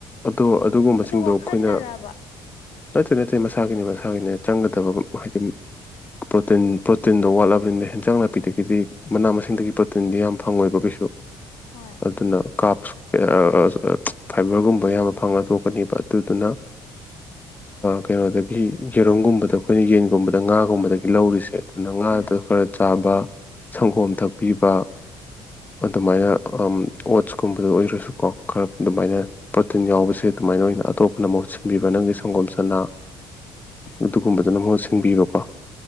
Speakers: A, on the left; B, on the left.
A: ꯑꯗꯣ ꯑꯗꯨꯒꯨꯝꯕꯁꯤꯡꯗꯣ
B: ꯑꯗꯨ ꯋꯥꯈꯜꯅꯔꯕ
A: ꯑꯩꯈꯣꯏꯅ ꯅꯠꯇꯦ ꯅꯠꯇꯦ ꯃꯁꯥꯒꯤꯅꯦ ꯃꯁꯥꯒꯤꯅꯦ ꯆꯪꯒꯗꯕ ꯑꯝ ꯍꯥꯏꯗꯤ꯫ ꯄ꯭ꯔꯣꯇꯤꯟ ꯄ꯭ꯔꯣꯇꯤꯟꯗꯣ ꯋꯥꯠꯂꯕꯅꯤꯅ ꯍꯦꯟꯁꯥꯡ ꯅꯥꯄꯤꯗꯒꯤꯗꯤ ꯃꯅꯥ ꯃꯁꯤꯡꯗꯒꯤ ꯄ꯭ꯔꯣꯇꯤꯟꯗꯤ ꯌꯥꯝ ꯐꯪꯉꯣꯏꯕ ꯀꯩꯁꯨ꯫
B: ꯍꯣꯏ꯫
A: ꯑꯗꯨꯅ ꯀꯥꯞꯁ ꯑꯦ ꯑꯥ ꯑꯞꯁ꯫ ꯐꯥꯏꯕꯔꯒꯨꯝꯕ ꯑꯌꯥꯝꯕ ꯐꯪꯉ ꯊꯣꯛꯀꯅꯦꯕ ꯑꯗꯨꯗꯨꯅ ꯀꯩꯅꯣꯗꯒꯤ ꯌꯦꯔꯨꯝꯒꯨꯝꯕꯗ ꯑꯩꯈꯣꯏꯅ ꯌꯦꯟꯒꯨꯝꯕꯗ ꯉꯥꯒꯨꯝꯕꯗꯒꯤ ꯂꯧꯔꯤꯁꯦ ꯑꯗꯨꯅ ꯉꯥꯗꯣ
B: ꯎꯝ
A: ꯈꯔ꯫ ꯆꯥꯕ ꯁꯪꯒꯣꯝ ꯊꯛꯄꯤꯕ꯫ ꯑꯗꯨꯃꯥꯏꯅ ꯑꯣꯠꯁꯀꯨꯝꯕꯗꯨ ꯑꯣꯏꯔꯁꯨꯀꯣ ꯈꯔ ꯑꯗꯨꯃꯥꯏꯅ ꯄ꯭ꯔꯣꯇꯤꯟ ꯌꯥꯎꯕꯁꯦ ꯑꯗꯨꯃꯥꯏꯅ ꯑꯣꯏꯅ ꯑꯇꯣꯞꯄꯅ ꯃꯍꯨꯠ ꯁꯤꯟꯕꯤꯕ ꯅꯪꯒꯤ ꯁꯪꯒꯣꯝ ꯁꯅꯥ
B: ꯎꯝ
A: ꯑꯗꯨꯒꯨꯝꯕꯗꯨꯅ ꯃꯍꯨꯠ ꯁꯤꯟꯕꯤꯕꯀꯣ